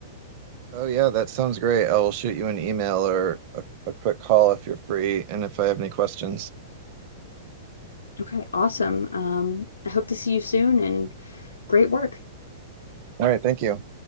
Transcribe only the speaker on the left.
Okay, awesome. Um, I hope to see you soon and great work.